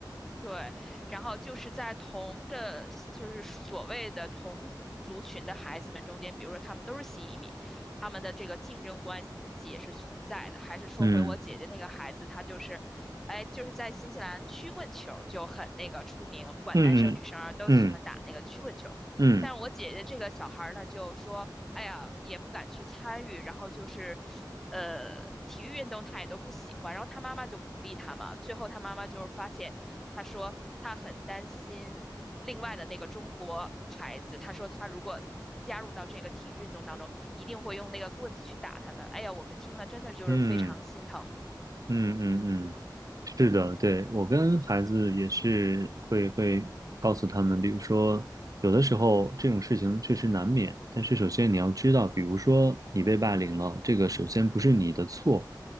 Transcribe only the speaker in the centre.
对，然后就是在同的，就是所谓的同族群的孩子们中间，比如说他们都是新移民，他们的这个竞争关系也是存在的。还是说回我姐姐那个孩子，
他就是，哎，就是在新西兰曲棍球儿就很那个出名，不管男生女生啊都喜欢打那个曲棍球儿。
但我姐姐这个小孩儿呢，就说，哎呀，也不敢去参与，然后就是。呃，体育运动他也都不喜欢，然后他妈妈就鼓励他嘛。最后他妈妈就是发现，他说他很担心另外的那个中国孩子，他说他如果加入到这个体育运动当中，一定会用那个棍子去打他的。哎呀，我们听了真的就是非常心疼，
嗯，